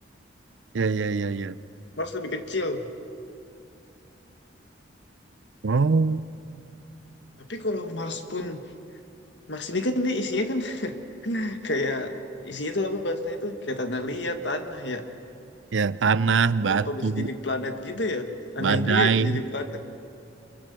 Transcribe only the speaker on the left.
Mars lebih kecil.
Tapi kalau Mars pun Mars ini kan dia isinya kan <laughs> kayak isinya itu apa bahasanya itu kayak tanah liat, tanah ya.
Kenapa
bisa jadi planet gitu ya?
Aneh juga ya bisa jadi planet.